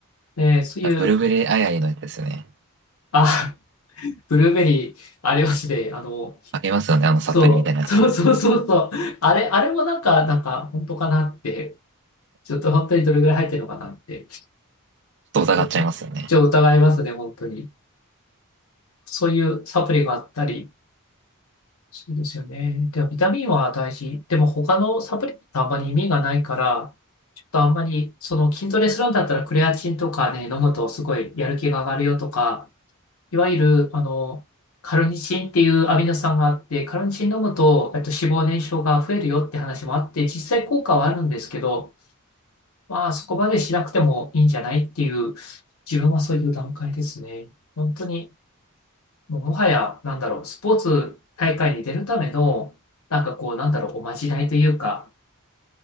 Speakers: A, on the left; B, on the right.
A: ね、そういう、
B: ブルーベリーアイアイのやつですよね。
A: あ、ブルーベリーありますね。あの、
B: ありますよね。あのサプリみたいなやつ。
A: そう、そうそうそうそう。あれ、あれもなんか、なんか本当かなって。ちょっと本当にどれぐらい入ってるのかなって。
B: と疑っちゃいますよね。
A: ちょっと、ちょっと疑いますね、本当に。そういうサプリがあったり、そうですよね。でもビタミンは大事。でも他のサプリってあんまり意味がないから、ちょっとあんまり、その筋トレするんだったらクレアチンとかね、飲むとすごいやる気が上がるよとか、いわゆる、あの、カルニチンっていうアミノ酸があって、カルニチン飲むと、えっと、脂肪燃焼が増えるよって話もあって、実際効果はあるんですけど、まあそこまでしなくてもいいんじゃないっていう、自分はそういう段階ですね。本当にもうもはや、なんだろう、スポーツ大会に出るための、なんかこう、なんだろう、おまじないというか、